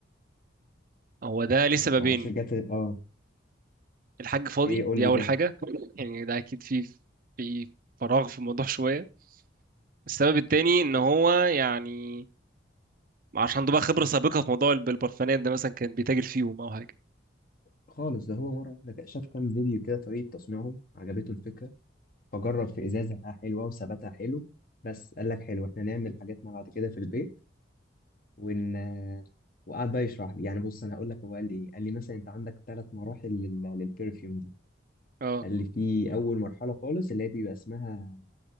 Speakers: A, on the right; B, on the left.
A: هو ده ليه سببين
B: معرفش جت اه
A: الحاج فاضي
B: ايه قول
A: دي
B: لي
A: اول
B: كده
A: حاجه يعني ده اكيد في في فراغ في الموضوع <laughs> شويه السبب التاني ان هو يعني عشان عنده بقى خبره سابقه في موضوع الب- البرفانات ده مثلا كان بيتاجر فيهم او حاجه
B: خالص ده هو مرة واحدة كده شاف كام فيديو كده طريقة تصنيعهم عجبته الفكرة فجرب في إزازة لقاها حلوة وثباتها حلو بس قال لك حلو احنا نعمل حاجاتنا بعد كده في البيت ون آه، وقعد بقى يشرح لي يعني بص أنا هقول لك هو قال لي إيه قال لي مثلا أنت عندك ثلاث مراحل لل... للبرفيوم دي
A: اه
B: قال لي في أول مرحلة خالص اللي هي بيبقى اسمها